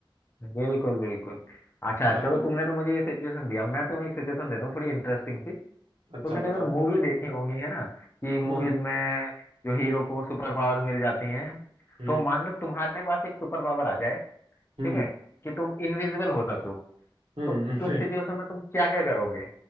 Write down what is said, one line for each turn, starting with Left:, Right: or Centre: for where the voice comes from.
Left: बिल्कुल बिल्कुल अच्छा अच्छा
Right: हाँ
Left: तो तुमने तो मुझे ये सिचुएशन दिया मैं तुम्हें एक सिचुएशन देता हूँ थोड़ी इंटरेस्टिंग सी तुमने
Right: अच्छा
Left: कई
Right: बताओ
Left: बार मूवी देखी होंगी है ना कि मूवीज
Right: हम्म
Left: में जो हीरो को सुपर पावर्स मिल जाती हैं
Right: हम्म
Left: तो मान लो तुम्हारे पास एक सुपर पावर आ जाए
Right: हम्म
Left: ठीक है कि तुम इनविजिबल हो सको
Right: हम्म
Left: तो उस सिचुएशन में तुम क्या क्या करोगे